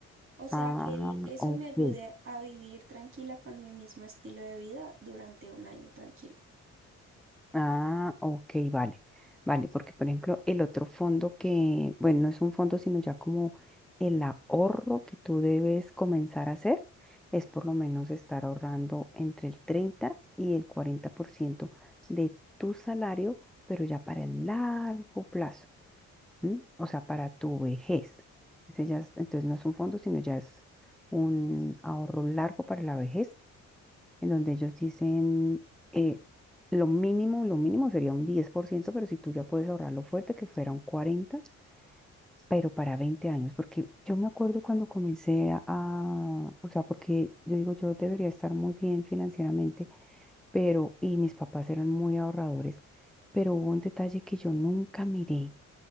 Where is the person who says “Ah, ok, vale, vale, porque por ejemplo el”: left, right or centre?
Centre